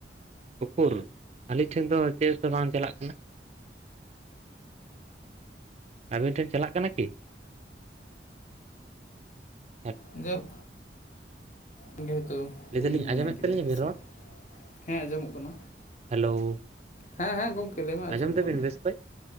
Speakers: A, on the right (about 35°); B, on the left (about 45°).
A: ᱩᱠᱩᱨ ᱟᱞᱤᱧ ᱴᱷᱮᱱ ᱫᱚ ᱪᱮᱫ ᱦᱚᱸᱛᱚ ᱵᱟᱝ ᱪᱟᱞᱟᱜ ᱠᱟᱱᱟ, ᱟᱵᱤᱱ ᱴᱷᱮᱱ ᱪᱟᱞᱟᱜ ᱠᱟᱱᱟ ᱠᱤ? <unintelligible>
B: ᱡᱟᱠ ᱡᱮᱦᱮᱛᱩ
A: ᱞᱟᱹᱭ
B: ᱵᱩᱞᱤᱧ
A: ᱫᱟᱞᱤᱧ
B: ᱢᱚᱱᱮ
A: ᱟᱸᱡᱚᱢᱮᱫ
B: ᱠᱮᱫᱟ
A: ᱛᱟᱹᱞᱤᱧᱟ
B: ᱦᱮᱸᱥᱮ?
A: ᱵᱤᱱ ᱨᱚᱲ
B: ᱦᱮᱸ ᱟᱸᱡᱚᱢᱚᱜ ᱠᱟᱱᱟ,
A: ᱦᱮᱞᱳ
B: ᱦᱮᱸ ᱦᱮᱸ ᱜᱚᱢᱠᱮ ᱞᱟᱹᱭ ᱢᱮ
A: ᱟᱸᱡᱚᱢ
B: ᱟᱸᱡᱚᱢᱚᱜ
A: ᱫᱟᱵᱤᱱ
B: ᱠᱟᱱᱟ,
A: ᱵᱮᱥ ᱠᱚᱡ